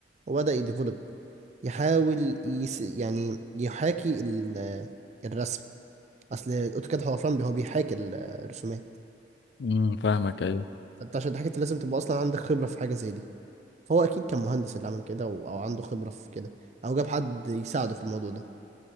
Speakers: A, on the right; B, on the left.
A: وبدا يديفلوب يحاول يس يعني يحاكي ال- الرسم اصل الاوتوكاد حوفران هو بيحاكي الرسومات
B: م- فاهمك أيوة.
A: فانت عشان تحكي انت لازم تبقى اصلا عندك خبره في حاجه زي دي فهو اكيد كان مهندس اللي عمل كده و- او عنده خبره في كده او جاب حد يساعده في الموضوع ده